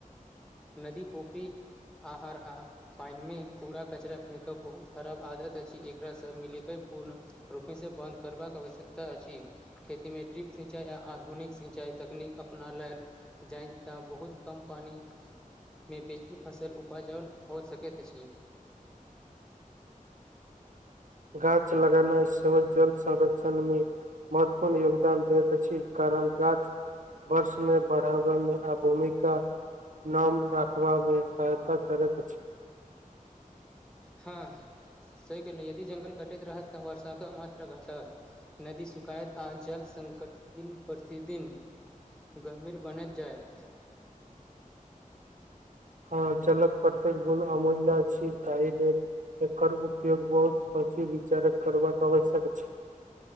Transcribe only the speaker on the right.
गाछ लगोनाइ सेहो जल संरक्षण में महत्वपूर्ण योगदान दैत अछि छी कारण गाछ वर्ष मे बढ़ावे में आ भूमिका नम राखबा में सहायता करैत अछि
हँ जल कऽ प्रत्येक बूंद अमूल्य छी ताहि लेल- एकर उपयोग बहुत सची विचारक करबाक कऽ आवश्यक अछि